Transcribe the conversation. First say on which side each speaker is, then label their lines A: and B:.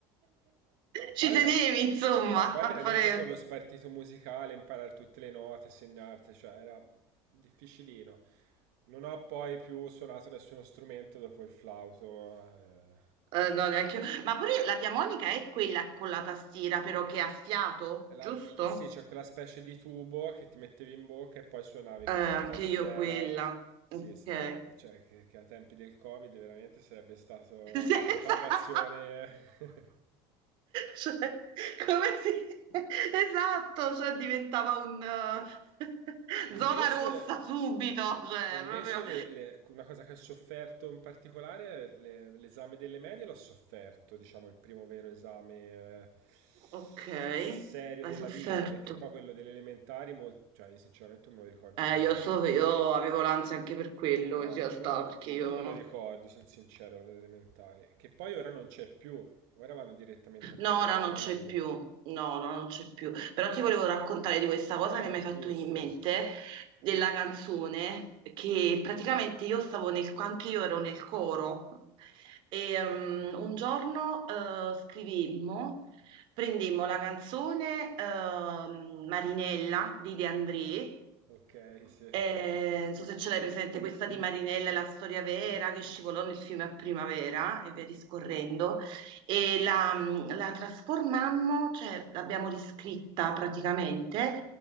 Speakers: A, on the right; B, on the right.
A: Ma poi
B: Ci tenevi,
A: era...
B: insomma,
A: Sì, ma poi
B: a
A: veramente
B: fare...
A: con lo spartito musicale, imparare tutte le note, segnarti, cioè era difficilino. Non ho poi più suonato nessuno strumento dopo il flauto. eh.
B: Eh, no, neanche io. Ma pure la diamonica è quella con la tastiera, però che ha fiato,
A: La-
B: giusto?
A: la- sì, c'è quella specie di tubo che ti mettevi in bocca e poi suonavi
B: Eh,
A: questa
B: anche
A: tastiera.
B: io quella.
A: Sì,
B: Ok.
A: se- cioè che, che a tempi del Covid veramente sarebbe stata una
B: Senza...
A: propagazione.
B: <laughs>
A: <laughs>
B: Cioè, come si... <laughs> Esatto, cioè diventava un... eh, <laughs>
A: E invece,
B: zona rossa subito, cioè
A: e invece
B: proprio...
A: le- le- una cosa che ho sofferto in particolare, le- l'esame delle medie l'ho sofferto, diciamo, il primo vero esame eh, serio
B: Ok, hai
A: della
B: sofferto.
A: vita, perché poi quello delle elementari, mol- cioè io sinceramente non me lo ricordo
B: Eh,
A: nemmeno.
B: io so, io avevo l'ansia anche per quello
A: Ma
B: in realtà,
A: io, no-
B: perché
A: io
B: io
A: non me lo ricordo, sono sincero, l'elementare. Che poi ora non c'è più. Ora vanno direttamente a
B: No,
A: quello
B: ora
A: delle
B: non
A: medie.
B: c'è più, no, ora non c'è più. Però ti volevo raccontare di questa cosa
A: Eh,
B: che mi hai fatto
A: giusto.
B: venire in mente, della canzone, che praticamente io stavo nel, anche io ero nel coro, e um, un giorno eh, scrivemmo, prendemmo la canzone ehm, Marinella di De André,
A: Ok, sì.
B: eh, non so se ce l'hai presente, questa di Marinella è la storia vera che scivolò nel fiume a primavera e via discorrendo e la, la trasformammo, cioè l'abbiamo riscritta praticamente.